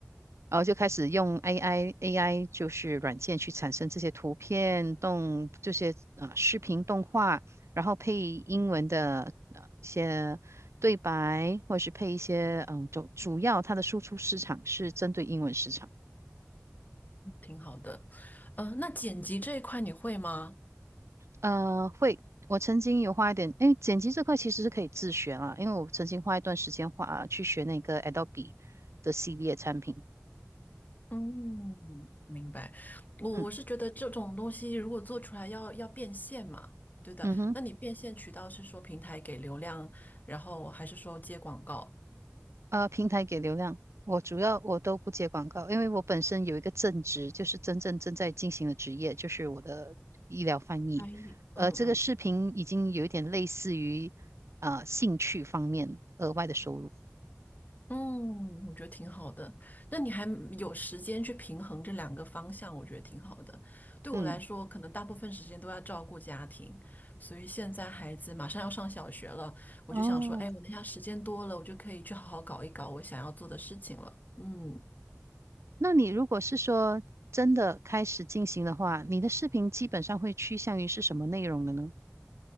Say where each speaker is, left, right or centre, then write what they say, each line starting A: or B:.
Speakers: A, on the right (about 65°); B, on the left (about 35°).
A: 然后就开始用 AI AI 就是软件去产生这些图片动这些啊视频动画，然后配英文的呃一些对白，或者是配一些嗯主主要它的输出市场是针对英文市场。
B: 挺好的，嗯、那剪辑这一块你会吗？
A: 呃，会，我曾经有花一点，哎，剪辑这块其实是可以自学啦，因为我曾经花一段时间花去学那个 Adobe 的系列产品。
B: 嗯，明白。我我是觉得这种东西如果做出来要要变现嘛，
A: 嗯
B: 对的。
A: 嗯哼。
B: 那你变现渠道是说平台给流量，然后还是说接广告？
A: 呃，平台给流量，我主要我都不接广告，因为我本身有一个正职，就是真正正在进行的职业，就是我的医疗翻译。
B: 哎，嗯嗯
A: 呃，这个视频已经有一点类似于啊呃兴趣方面额外的收入。
B: 嗯，我觉得挺好的。那你还有时间去平衡这两个方向，我觉得挺好的。对我来说，
A: 嗯，
B: 可能大部分时间都要照顾家庭，所以现在孩子马上要上小学了，我就想说，
A: 哦，
B: 哎，我那下时间多了，我就可以去好好搞一搞我想要做的事情了。嗯。
A: 那你如果是说真的开始进行的话，你的视频基本上会趋向于是什么内容的呢？